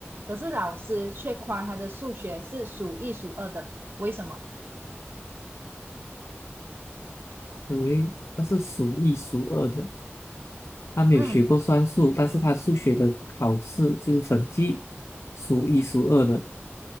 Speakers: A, on the right; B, on the left.
A: 可是老师却夸他的数学是数一数二的，为什么？
B: 对，它是数一数二的。他没有学过算术，
A: 嗯
B: 但是他数学的考试就是成绩数一数二的，